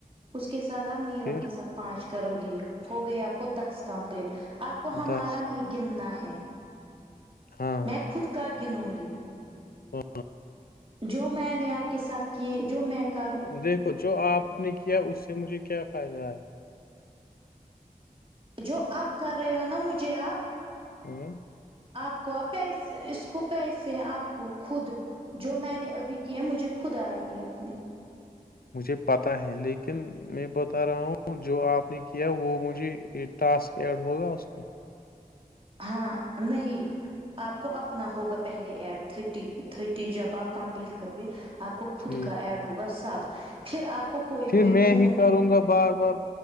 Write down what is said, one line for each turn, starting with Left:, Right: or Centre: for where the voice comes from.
Right: اس کے ساتھ آپ نیلم
Left: پھر
Right: کے ساتھ پانچ کرو گے ہو گئی آپ کو دس کمپلیٹ آپ کو ہمارا
Left: دس
Right: نہیں گننا ہے
Left: ہاں
Right: میں خود کا گنوں گی
Left: ہ <inaudible>
Right: جو میں نے آپ کے ساتھ کیے جو میں کروں
Left: دیکھو جو آپ نے کیا اس سے مجھے کیا فائدہ ایا
Right: جو اب کر رہے ہو نا مجھے آپ
Left: ہوں
Right: آپ کو آ پیسے اس کو پیسے ہیں آپ کو خود جو میں نے ابھی کیے ہیں مجھے خود آئیں گے اپنے
Left: مجھے پتہ ہے لیکن میں بتا رہا ہوں جو آپ نے کیا وہ مجھے یہ ٹاسک ایڈ ہوگا اس کا
Right: ہاں نہیں آپ کو اپنا ہوگا پہلے ایڈ تٹھٹی تٹھٹی جب آپ کمپلیٹ کرو گے آپ کو خود
Left: ٹھیک
Right: کا ایڈ ہوگا سب پھر آپ کو کوئی
Left: پھر
Right: کوئی
Left: میں
Right: فون
Left: ہی
Right: بھی
Left: کروں گا بار بار